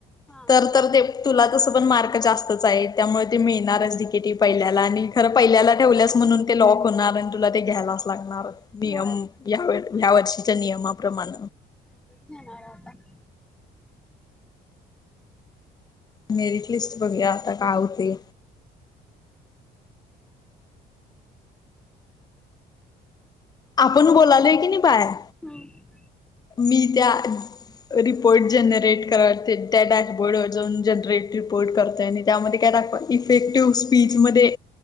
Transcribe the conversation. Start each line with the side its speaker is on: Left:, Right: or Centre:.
Centre: हा
Left: तर तर ते ते तुला तसं पण मार्क जास्तच आहेत, त्यामुळे ते मिळणारच डी. के. टी पहिल्याला आणि खरं पहिल्याला ठेवल्यास, म्हणून ते लॉक होणार. आणि तुला ते घ्यायलाच लागणार. नियम
Centre: होय
Left: या या वर्षीच्या नियमाप्रमाण.
Centre: <unintelligible>
Left: मेरिट लिस्ट बघुया आता, काय होते. आपण बोलालोय की, नाही बाहेर.
Centre: हम,
Left: ''मी त्या. रिपोर्ट जनरेट करायला ते त्या डॅशबोर्डवर जाऊन जनरेट रिपोर्ट करत आणि त्यामध्ये काय दाखवाल. इफेक्टिव्ह स्पीच मध्ये